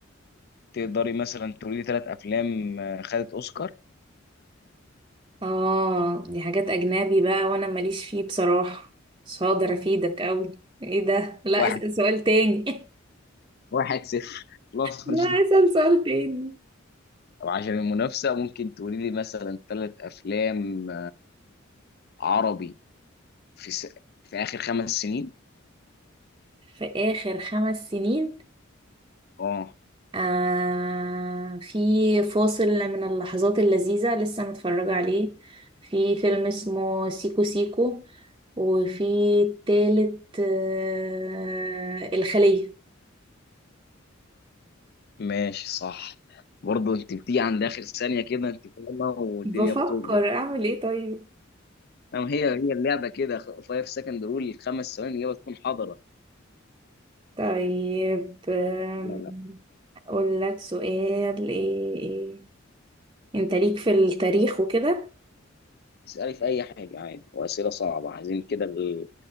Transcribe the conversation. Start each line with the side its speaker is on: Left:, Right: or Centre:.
Left: تقدري مثلا تقولي لي ثلاث افلام آه، خدت اوسكار
Right: اه دي حاجات اجنبي بقى وانا ماليش فيه بصراحة مش هقدر افيدك اوي ايه ده لا
Left: واحد
Right: اسأل سؤال تاني <laughs>
Left: واحد صفر خلاص
Right: لا
Left: مش
Right: اسأل سؤال تاني
Left: طب عشان المنافسة ممكن تقولي لي مثلا ثلاث أفلام عربي في س... في آخر خمس سنين
Right: في آخر خمس سنين
Left: اه
Right: آه في فاصل من اللحظات اللذيذة لسه متفرجة عليه في فيلم اسمه سيكو سيكو وفي التالت آه الخلية
Left: ماشي صح برضه انت بتيجي عند آخر ثانية كده انت فاهمة والدنيا
Right: بفكر
Left: بتظلم
Right: أعمل إيه طيب
Left: أما هي هي اللعبة كده 5 سكند رول خمس ثواني الإجابة تكون حاضرة
Right: طيب آم،
Left: لا لا
Right: أقول لك سؤال إيه إيه. أنت ليك في التاريخ وكده
Left: اسألي في أي حاجة عادي وأسئلة صعبة عايزين كده ال-